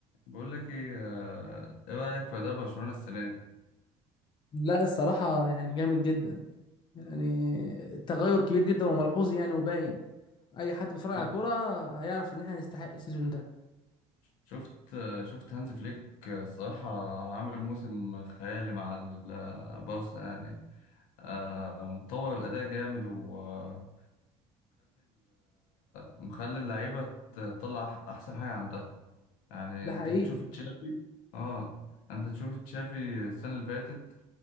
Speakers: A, on the left; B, on the left.
A: بقول لك ايه آه، ايه رايك في اداء برشلونه السنه دي
B: لا الصراحة يعني جامد جدا يعني تغير كبير جدا وملحوظ يعني وباين أي حد بيتفرج على
A: اه
B: كورة هيعرف إن إحنا نستحق السيزون ده
A: شفت آه، شفت هانز فليك آه، الصراحه عامل موسم خيالي مع البارسا يعني آه، مطور الاداء جامد ومخلي مخلي اللعيبه تطلع أح- احسن حاجه عندها يعني
B: ده
A: انت
B: حقيقي
A: تشوف تشافي اه انت تشوف تشافي السنه اللي فاتت